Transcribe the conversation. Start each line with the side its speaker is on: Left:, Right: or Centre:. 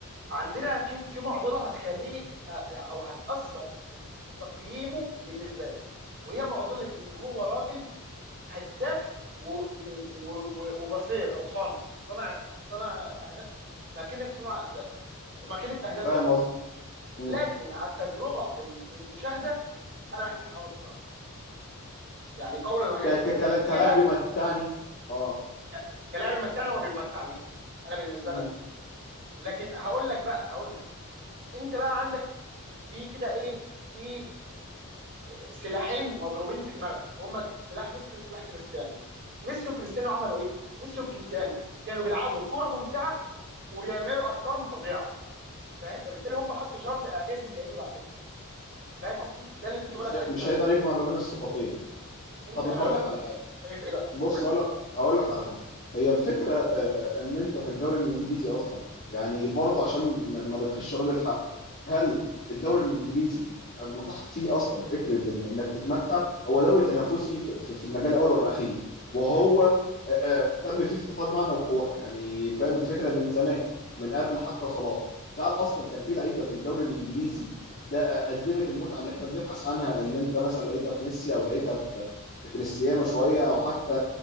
Right: عندنا في في معضله هتخليني أ- او هتاثر في في تقييمه بالنسبه لي وهي معضله ان هو راجل هداف و- و- و- وبصير او صانع صانع صانع اهداف ماكينه صنع اهداف وماكينه اهداف
Left: فاهم
Right: برضه
Left: قصدي مم.
Right: لكن على التجربه ال- المشاهده انا ما بحبش محمد صلاح يعني قولا واحدا
Left: ك... ك... كلا- كلاعب
Right: ليه بقى
Left: يمتعني اه
Right: ك- كلاعب يمتعني هو ما بيمتعنيش انا بالنسبه
Left: مم.
Right: لنا لكن هقول لك بقى هقول لك انت بقى عندك في كده ايه في آه، سلاحين مضروبين في دماغك هما ك- سلاح ميسي وسلاح كريستيانو ميسي وكريستيانو عملوا ايه ميسي وكريستيانو كانوا بيلعبوا كرة ممتعة وبيعملوا ارقام فظيعة فاهم فبالتالي هم حطوا شرط اعجازي اللي هيجي بعدهم فاهم قصدي ده اللي كنت
Left: مش
Right: بقول لك
Left: هي-
Right: عليه في
Left: مش
Right: الاول
Left: هيقدر يجمع ما بين الصفتين
Right: انت
Left: طب
Right: ايه
Left: ما
Right: رايك
Left: هقول لك على
Right: ش-
Left: حاجه
Right: شايف ايه بقى
Left: بص
Right: قول لي
Left: اقول لك اقول لك على حاجه هي الفكره آه، آه، ان انت في الدوري الانجليزي اصلا يعني برضه عشان ما ما نرخيش راجل حقه هل الدوري الانجليزي متاح فيه اصلا فكره إن انك تتمتع هو دوري تنافسي في في- في المجال الاول والاخير وهو آه، آه، تم فيه افتقاد معنى الكوره يعني فاهم الفكره من زمان من قبل حتى صلاح فهل اصلا كان في لعيبه في الدوري الانجليزي ده آه، قدمت المتعه اللي احنا بنبحث عنها اللي انت مثلا لقيتها في ميسي او لقيتها في في كريستيانو شويه او حتى